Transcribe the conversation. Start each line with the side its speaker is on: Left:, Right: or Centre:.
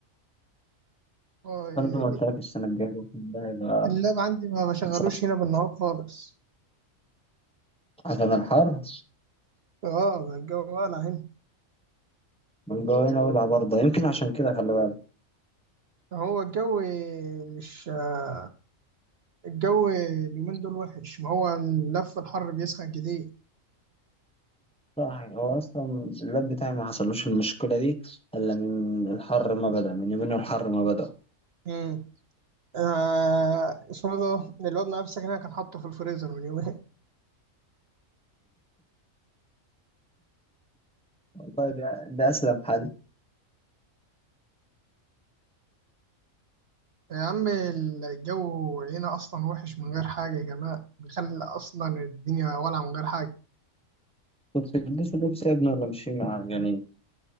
Right: اه إيه
Centre: انا زي ما قلت
Right: إيه.
Centre: لك السنه الجايه ده هيبقى
Right: اللاب عندي ما بشغلوش
Centre: مش عارف،
Right: هنا بالنهار خالص
Centre: عشان الحر
Right: اه ما الجو ولا هنا
Centre: من جوه هنا والعب برضه يمكن عشان كده خلي بالك
Right: هو الجو مش آه، الجو اليومين دول وحش ما هو اللف الحر بيسخن كتير
Centre: صح هو اصلا اللاب بتاعي ما حصلوش المشكله دي الا من الحر ما بدا من يومين الحر ما بدا
Right: امم آه اسمه ده الواد معايا في السكن هنا كان حاطه في الفريزر من يومين
Centre: والله ده, ده اسلم حل
Right: يا عم الجو هنا أصلا وحش من غير حاجة يا جماعة بيخلي أصلا الدنيا ولعة من غير حاجة
Centre: كنت تلبسوا لبس يا ابني ولا ماشيين عريانين